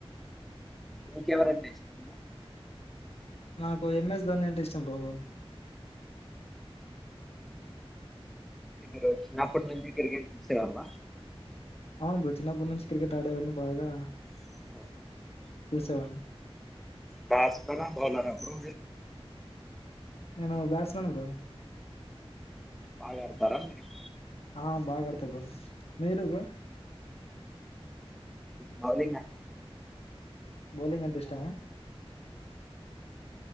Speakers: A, in the centre; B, on the left.
A: ఎక ఎవరన్న ఇష్టం
B: నాకు ఎంఎస్ ధోని అంటే ఇష్టం బాబు
A: అయితే మీరు చిన్నప్పటి నుంచి తిరిగి వెళ్ళి చూసే వాళ్ళ
B: అవునుప్పు చిన్నప్పటి నుంచి క్రికెట్ ఆడేవన్నీ బాగా
A: <inaudible>
B: చూసేవాడి
A: దస్లో బాలరా బ్రో
B: నా బట్స్మన్ బ్రో
A: బాగా ఆడతారా మీరు
B: ఆ బాగా ఆడత బ్ర మీరు బ్రో
A: బౌలింగ్
B: బౌలింగ్ ఎంత ఇష్టవా